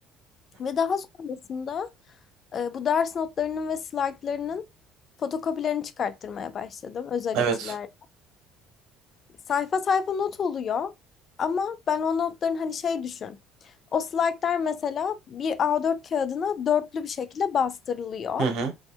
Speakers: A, on the left; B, on the right.
A: ve daha sonrasında e, bu ders notlarının ve slaytlarının fotokopilerini çıkarttırmaya başladım özel
B: Evet.
A: içiler. Sayfa sayfa not oluyor ama ben o notların hani şey düşün. O slaytlar mesela bir A4 kağıdına dörtlü bir şekilde bastırılıyor.
B: Hı hı.